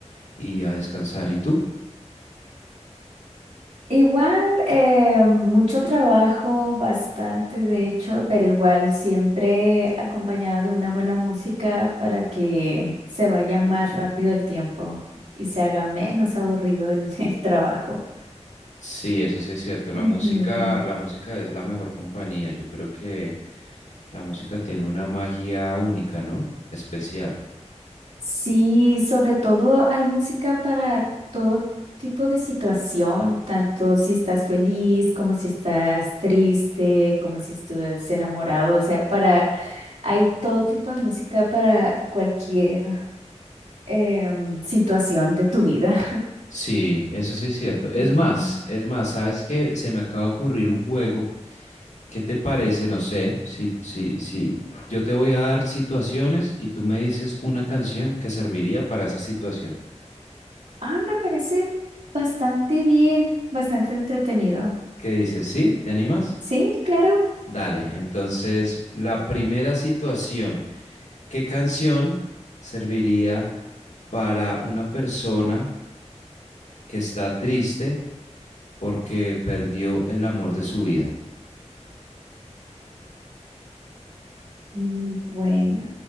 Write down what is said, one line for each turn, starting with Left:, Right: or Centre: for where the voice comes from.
Left: y a descansar. ¿Y tú?
Right: Igual, eh, mucho trabajo, bastante de hecho, pero igual siempre acompañado de una buena música para que se vaya más rápido el tiempo y se haga menos aburrido el, <laughs> el trabajo.
Left: Sí, eso sí es cierto. La
Right: Ujú.
Left: música, la música es la mejor compañía. Yo creo que la música tiene una magia única, ¿no? Especial.
Right: Sí, sobre todo hay música para todo tipo de situación, tanto si estás feliz, como si estás triste, como si estuvieras enamorado, o sea, para, hay todo tipo de música para cualquier em, situación de tu vida.
Left: Sí, eso sí es cierto.
Right: Ujú,
Left: Es más, es más, ¿sabes qué? Se me acaba de ocurrir un juego. ¿Qué te parece?
Right: ujú.
Left: No sé, si, si, si yo te voy a dar situaciones y tú me dices una canción que serviría para esa situación.
Right: Ah, me parece bastante bien, bastante entretenido.
Left: ¿Qué dices? ¿Sí? ¿Te animas?
Right: Sí, claro.
Left: Dale. Entonces, la primera situación. ¿Qué canción serviría para una persona que está triste porque perdió el amor de su vida?
Right: Mm, Bueno,